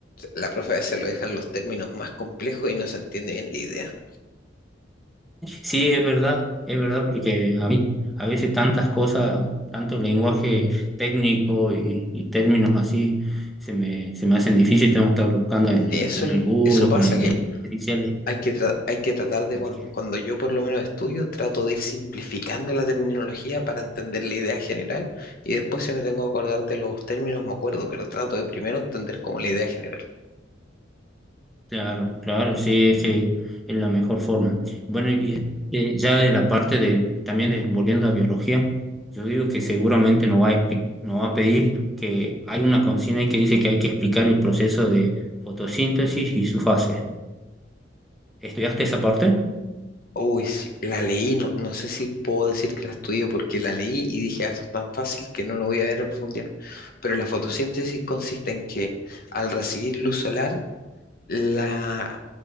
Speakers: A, on the left; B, in the centre.
A: la profe a veces lo dejan los términos más complejos y no se entiende bien la idea.
B: Sí, es verdad, es verdad, porque a mí a veces tantas cosas, tanto lenguaje técnico y, y términos así, se me, se me hacen difíciles. Tengo que estar buscando en,
A: Y eso,
B: en el Google
A: eso
B: o
A: pasa,
B: con la inteligencia
A: que
B: artificial.
A: hay que, tra- hay que tratar de,
B: Así
A: cuando,
B: que
A: cuando yo por lo menos estudio, trato de ir simplificando la terminología para entender la idea general y después si me tengo que acordar de los términos me acuerdo, pero trato de primero entender como la idea general.
B: Claro, claro, sí, es que es la mejor forma. Bueno, y eh, ya de la parte de, también de- volviendo a biología, yo digo que seguramente nos va a, expli- nos va a pedir que hay una consigna ahí que dice que hay que explicar el proceso de fotosíntesis y su fase. ¿Estudiaste esa parte?
A: Uy, sí, la leí, no, no sé si puedo decir que la estudié porque la leí y dije, "Ah, esto es tan fácil que no lo voy a ver a profundidad. Pero la fotosíntesis consiste en que al recibir luz solar, la, a,